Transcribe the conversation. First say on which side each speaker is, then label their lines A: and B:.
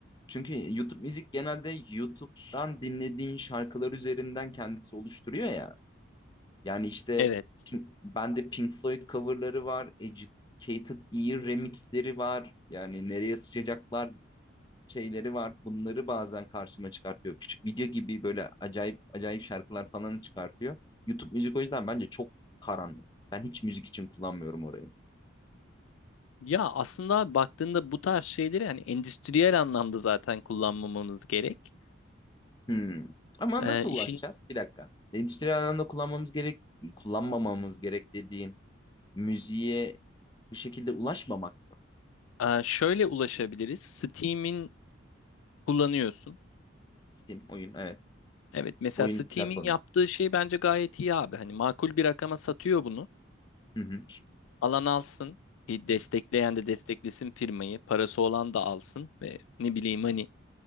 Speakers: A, on the left; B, on the left.
A: çünkü YouTube müzik genelde YouTube'dan dinlediğin şarkılar üzerinden kendisi oluşturuyor ya. Yani işte
B: Evet.
A: Pink, bende Pink Floyd coverları var. Educated Ear remixleri var. Yani nereye sıçacaklar şeyleri var. Bunları bazen karşıma çıkartıyor. Küçük video gibi böyle acayip acayip şarkılar falan çıkartıyor. YouTube müzik o yüzden bence çok karanlık. Ben hiç müzik için kullanmıyorum orayı.
B: Ya aslında abi baktığında bu tarz şeyleri hani endüstriyel anlamda zaten kullanmamamız gerek.
A: Hmm. Ama
B: Ee,
A: nasıl
B: işin
A: ulaşacağız? Bir dakika. Endüstriyel alanda kullanmamız gerek, kullanmamamız gerek dediğin müziğe bu şekilde ulaşmamak mı?
B: e, şöyle ulaşabiliriz. Steam'in kullanıyorsun.
A: Steam oyun evet.
B: Evet mesela
A: Oyun
B: Steam'in
A: platformu.
B: yaptığı şey bence gayet iyi abi. Hani makul bir rakama satıyor bunu.
A: Hı hı.
B: Alan alsın. E, Destekleyen de desteklesin firmayı. Parası olan da alsın ve ne bileyim hani